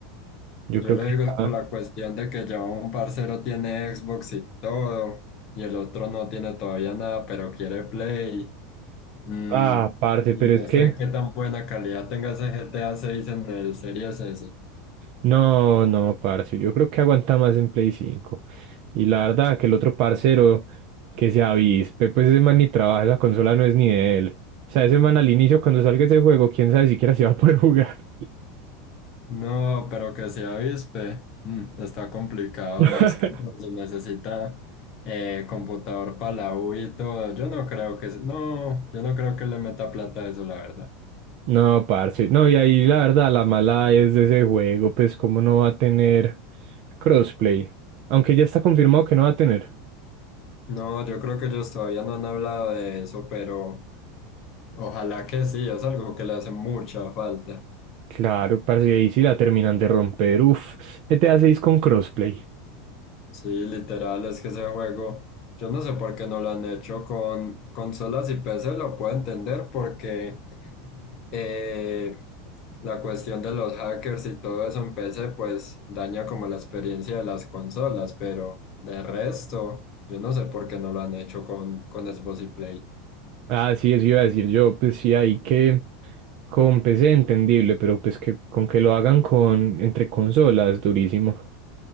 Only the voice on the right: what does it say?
Yo
creo
que
ya.
Ah, parce,
pero
es que.
No, no, parce, yo creo que aguanta más en Play 5. Y la verdad que el otro parcero que se avispe, pues ese man ni trabaja, esa consola no es ni de él. O sea, ese man al inicio cuando salga ese juego, quién sabe siquiera si va a poder jugar.
<laughs>
No, parce, no, y ahí la verdad la mala es de ese juego, pues cómo no va a tener crossplay. Aunque ya está confirmado que no va a tener.
Claro, parce, ahí sí la terminan de romper. Uf, GTA 6 con crossplay.
Ah, sí, eso iba a decir yo, pues sí, ahí que con PC entendible, pero pues que con que lo hagan con entre consolas, durísimo.